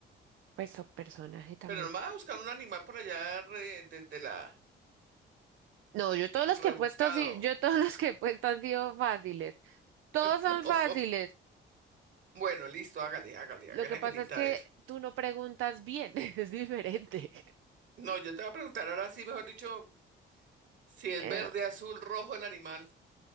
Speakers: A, on the right; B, on the right.
A: Pues o personaje también.
B: pero no me vas a buscar un animal por allá re- desde la
A: No, yo todos los
B: rebuscado.
A: que he puesto, sí, yo
B: <laughs>
A: todos <laughs> los que he puesto han sido fáciles. Todos
B: No.
A: son fáciles.
B: Bueno, listo, hágale, hágale,
A: Lo
B: hágale,
A: que
B: Angelita,
A: pasa es que
B: a ver.
A: tú no preguntas bien, <laughs> es diferente.
B: No, yo te voy a preguntar ahora sí, mejor dicho, si es
A: Eh,
B: verde, azul, rojo el animal.